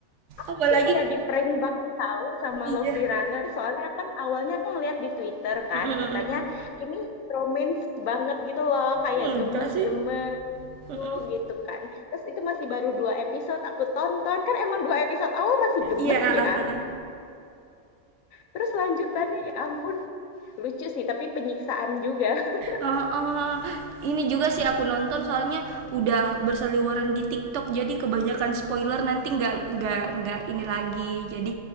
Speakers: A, on the left; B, on the right.
A: aku
B: apalagi
A: tuh kayak di-prank banget tahu sama
B: iya
A: Lovely Runner soalnya kan awalnya aku ngeliat di Twitter kan
B: Mm-mm.
A: katanya ini romance banget gitu loh kayak
B: enggak
A: gemes-gemes
B: sih Mm-mm.
A: tuh gitu kan. Terus itu masih baru dua episode aku tonton kan emang dua episode awal masih gemes
B: iya ah,
A: ya.
B: ah, ah. ah.
A: Terus lanjutannya ya ampun lucu sih tapi penyiksaan juga. <laughs>
B: Ah, ah. ini juga sih aku nonton soalnya udah berseliweran di TikTok jadi kebanyakan spoiler nanti nggak nggak nggak ini lagi jadi